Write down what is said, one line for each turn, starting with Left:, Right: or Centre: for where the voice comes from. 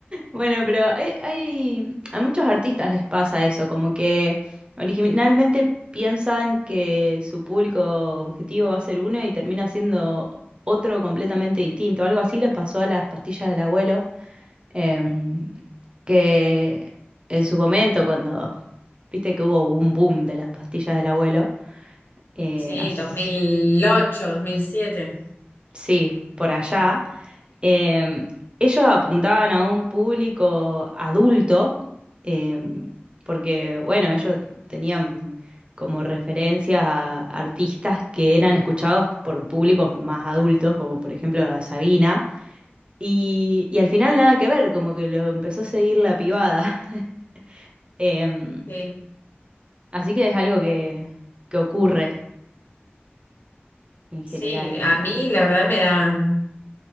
Right: Bueno, pero hay, hay- a muchos artistas les pasa eso, como que originalmente piensan que su público objetivo va a ser uno y termina siendo otro completamente distinto. Algo así les pasó a las pastillas del abuelo, em, que en su momento, cuando viste que hubo un boom de las pastillas del abuelo, eh,
Left: Sí,
Right: as-
Left: dos dos mil ocho dos mil siete
Right: sí, por allá, eh, ellos apuntaban a un público adulto, eh, porque, bueno, ellos tenían como referencias a artistas que eran escuchados por públicos más adultos, como por ejemplo a Sabina, y, y al final nada que ver, como que lo empezó a seguir la pibada. <laughs> Em,
Left: Sí.
Right: así que es algo que, que ocurre en general,
Left: Sí, a
Right: como
Left: mí la verdad me da,